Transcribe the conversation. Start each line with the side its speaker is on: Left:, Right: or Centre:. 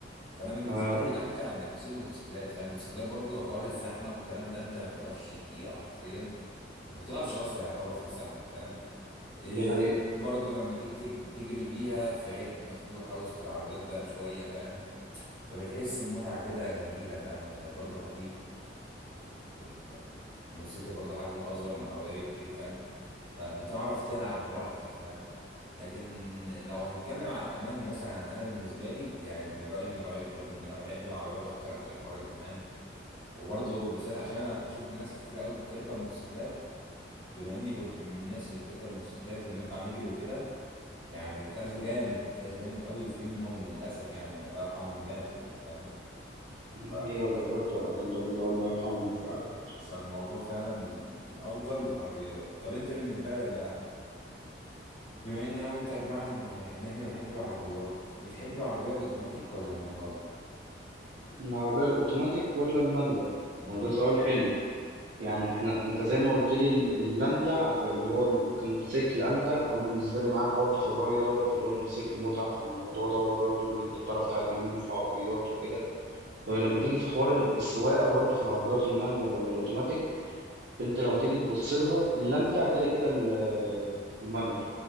Left: فانا بالنسبه
Right: اه
Left: لي الامتع انك تسوق موتوسيكلات فاهم موتوسيكلات برضو حوار الزحمه والكلام ده انت ما بتقفش دقيقه حرفيا ما بتقفش اصلا يعتبر في الزحمه فاهم إيه
Right: دي حقيقة
Left: برضو لما تيجي تج- تجري بيها في حتت مفتوحه وسط العربيات بقى شويه فاهم فبتحس بمتعه كده جميله فاهم وانك برضو خفيف و... و... الموتوسيكل برضه حجمه اصغر من العربيه بكتير فاهم فبتعرف تلعب براحتك فاهم لكن لو هنتكلم على الامان مثلا انا بالنسبه لي يعني من رايي من رايك برضه ان انا بحب العربيات اكتر عشان حوار الامان وبرضه بالذات عشان انا شفت ناس كتير قوي بتركب موتوسيكلات بما اني كنت من الناس اللي بتركب موتوسيكلات وبنطلع نجري وكده يعني اتأذوا جامد اتأذوا جامد قوي وفي منهم للاسف يعني الله يرحمهم ماتوا يعني فاهم
Right: دي
Left: ف
Right: حقيقة ولا قدر قدر الله الله يرحمهم فعلا
Left: فالموضوع فعلا الافضل العربيات طب انت بالنسبه لك بقى بما ان انا وانت اجمعنا ان ان احنا بنحب العربيات بتحب العربيه الاوتوماتيك ولا المانيوال
Right: العربية الأوتوماتيك ولا المانوال؟
Left: امم
Right: هو ده سؤال حلو يعني احنا انت زي ما قلت لي ال- الأمتع في- اللي هو كموتوسيكل أمتع أنا بالنسبة لي معاك برضو في الرأي دوت اللي هو الموتوسيكل متعة في الموضوع دوت برضو اللي انت بتعرف تعدي منه في العربيات وكده فلما تيجي في حوار ال- السواقة برضو في العربيات المانوال ولا الأوتوماتيك فانت لو هتيجي تبص لها الأمتع كده كده ال- المانوال